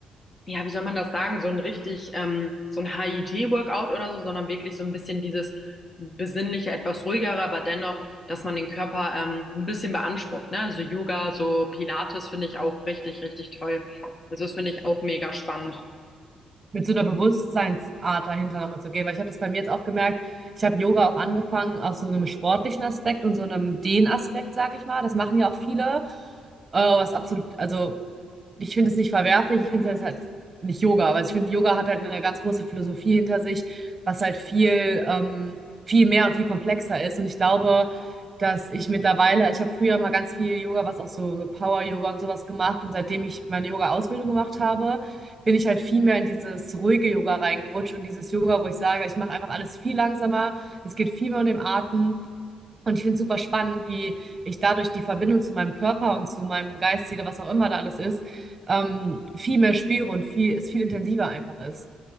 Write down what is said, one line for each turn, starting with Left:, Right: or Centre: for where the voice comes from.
Left: ja, wie soll man das sagen, so ein richtig, ähm, so ein HIIT-Workout oder so, sondern wirklich so ein bisschen dieses besinnliche, etwas ruhigere, aber dennoch, dass man den Körper ähm, ein bisschen beansprucht, ne? Also Yoga, so Pilates finde ich auch richtig, richtig toll. Also das finde ich auch mega spannend.
Right: mit so einer Bewusstseinsart dahinter nochmal zu gehen. Weil ich habe das bei mir jetzt auch gemerkt, ich habe Yoga auch angefangen aus so einem sportlichen Aspekt und so einem Dehnaspekt, sage ich mal. Das machen ja auch viele, äh, was absolut, also ich finde es nicht verwerflich, ich finde es halt nicht Yoga, weil ich finde, Yoga hat halt eine ganz große Philosophie hinter sich, was halt viel, ähm, viel mehr und viel komplexer ist. Und ich glaube, dass ich mittlerweile, ich habe früher mal ganz viel Yoga, was auch so, so Power-Yoga und sowas gemacht. Und seitdem ich meine Yoga-Ausbildung gemacht habe, bin ich halt viel mehr in dieses ruhige Yoga reingerutscht und dieses Yoga, wo ich sage, ich mache einfach alles viel langsamer, es geht viel mehr um den Atem. Und ich finde es super spannend, wie ich dadurch die Verbindung zu meinem Körper und zu meinem Geist, jeder, was auch immer da alles ist, ähm, viel mehr spüre und viel, es viel intensiver einfach ist.